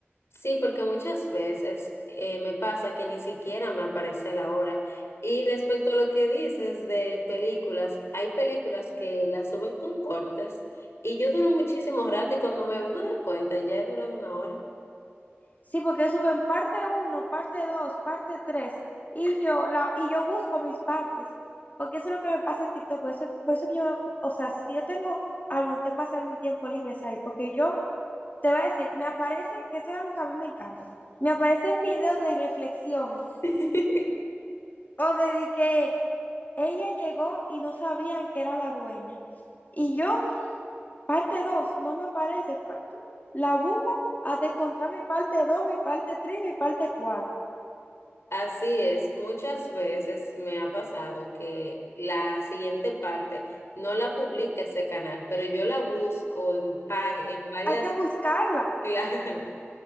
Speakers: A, on the left (about 75°); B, on the left (about 40°).
A: Sí, porque muchas veces eh, me pasa que ni siquiera me aparece la hora. Y respecto a lo que dices de películas, hay películas que las suben con cortes y yo duro muchísimo rato y cuando me vengo a dar cuenta ya he durado una hora.
B: Sí, porque yo supe en parte uno parte 2 parte 3 y yo, la, y yo busco mis partes, porque eso es lo que me pasa en TikTok, por eso, por eso que yo, o sea, si yo tengo algo en que pasar mi tiempo libre es ahí, porque yo te voy a decir, me aparecen, que esto es algo que a mí me encanta, me aparecen videos de reflexiones,
A: <laughs>
B: o de, de que ella llegó y no sabían que era la dueña, y yo, parte 2 no me aparece, pa- la busco hasta encontrar mi parte 2 mi parte 3 mi parte 4
A: Así es, muchas veces me ha pasado que la siguiente parte no la publica ese canal, pero yo la busco en, pag- en varias,
B: hay que buscarla,
A: <laughs> claro,